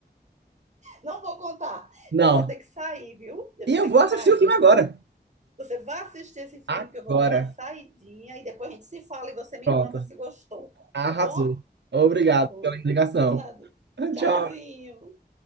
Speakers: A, on the right; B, on the right.
A: não vou contar.
B: Não.
A: Eu vou ter que sair, viu? Eu
B: E
A: vou
B: eu
A: ter
B: vou
A: que sair.
B: assistir o filme agora.
A: Você vai assistir esse filme
B: Agora.
A: que eu vou dar uma saidinha e depois a gente se fala e você me
B: Pronto.
A: conta se gostou,
B: Arrasou.
A: tá bom?
B: Obrigado
A: Tá bom.
B: pela indicação.
A: Por nada.
B: <laughs>
A: Tchauzinho.
B: Tchau.